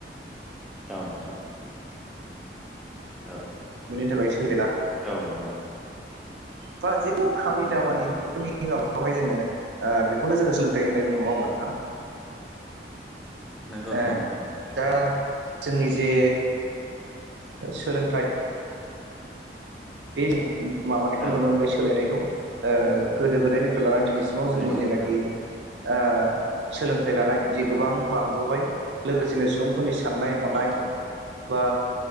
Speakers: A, in the centre; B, on the right.
A: जाव नोंथां। औ
B: मोननि थाखाय सोलायला
A: औ नंगौ
B: बा खानि
A: नंगौ
B: दामानि
A: नोंथां
B: बेफोरनिब बेवहाय जोङो बेखौनो जोङो सोलोंथाइ होननाय बुं नङा होमबानोंथां?
A: नंगौ
B: ए
A: नंगौ नोंथां नंगौ
B: दा जोंनि जे सोलोंथाइ बे माबानायखौ
A: औ
B: नुनो मोनबाय सोलायनायखौ ओ गोदो गोदायनिफ्रायेल लानानानै दिनैसि सिवा जोंनि
A: नंगौ
B: जेनाखि
A: नोंथां
B: ओ सोलों थाय लानाय जि गोबां
A: औ
B: बांबोबाय लोगोसेनो सुबुंफोरनि साननाय हनाय
A: औ
B: बा